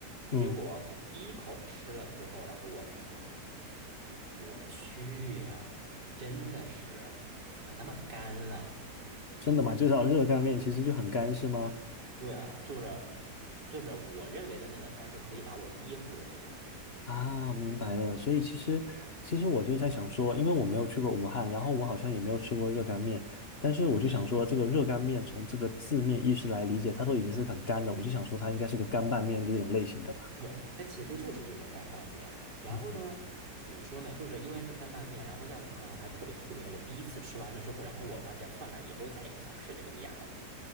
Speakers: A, on the left; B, on the right.
A: 嗯，
B: 结果我第一口吃了之后，然后我发现。我去呀，真的是怎么那么干啊？
A: 真的吗？就叫热干面，其实就很干，是吗？
B: 对啊，就是就是我认为的那个干是可以把我噎住的那种。
A: 啊，明白了。所以其实，其实我就在想说，因为我没有去过武汉，然后我好像也没有吃过热干面，但是我就想说，
B: 嗯
A: 这个热干面从这个字面意思来理解，它都已经是很干的，我就想说它应该是个干拌面这种类型的吧。
B: 对，它其实就是一个干拌面。然后呢，
A: 啊，
B: 怎么说呢？就是因为是干拌面，然后在武汉还特别出名。我第一次吃完了之后，然后我发现算了，以后再也不想吃这个面了。